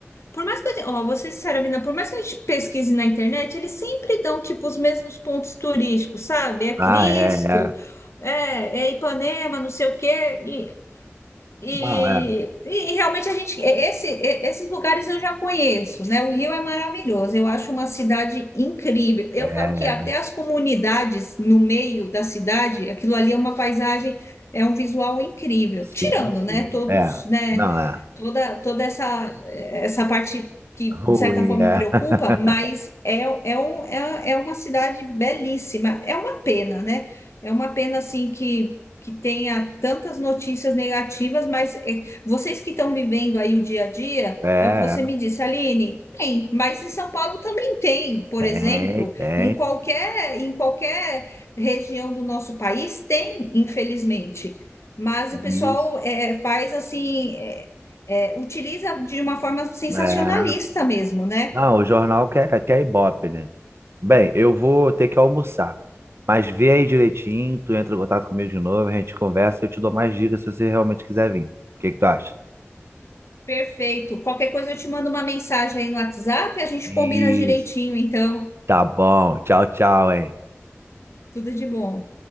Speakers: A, on the left (about 70°); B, on the right (about 60°).
A: Por mais que a gente, ó, vou ser sincera, Vina, por mais que a gente pesquise na internet, eles sempre dão, tipo, os mesmos pontos turísticos, sabe? É
B: Ah,
A: Cristo,
B: é, é.
A: é, é Ipanema, não sei o quê. E e,
B: Não, é.
A: e realmente a gente, e- esse, e- esses lugares eu já conheço, né? O Rio é maravilhoso, eu acho uma cidade incrível. Eu
B: É,
A: falo que até
B: é.
A: as comunidades no meio da cidade, aquilo ali é uma paisagem, é um visual incrível.
B: Sim,
A: Tirando,
B: sim.
A: né? Todos,
B: É.
A: né?
B: Não, é.
A: Toda, toda essa, essa parte que
B: Ruim,
A: de certa forma
B: é.
A: preocupa,
B: <laughs>
A: mas é, é, um, é, é uma cidade belíssima. É uma pena, né? É uma pena assim que que tenha tantas notícias negativas, mas é, vocês que estão vivendo aí o dia a dia,
B: É,
A: é o que você
B: é.
A: me disse, Aline, tem, mas em São Paulo também tem, por
B: tem,
A: exemplo,
B: tem.
A: em qualquer, em qualquer região do nosso país tem, infelizmente. Mas
B: Isso.
A: o pessoal é, faz assim, é, é, utiliza de uma forma sensacionalista
B: É.
A: mesmo, né?
B: Não, o jornal quer, quer Ibope, né? Bem, eu vou ter que almoçar. Mas vê aí direitinho, tu entra em contato comigo de novo, a gente conversa, eu te dou mais dicas se você realmente quiser vir. O que que tu acha?
A: Perfeito. Qualquer coisa eu te mando uma mensagem aí no WhatsApp, a gente
B: Isso.
A: combina direitinho, então,
B: Tá bom. Tchau, tchau, hein?
A: tudo de bom.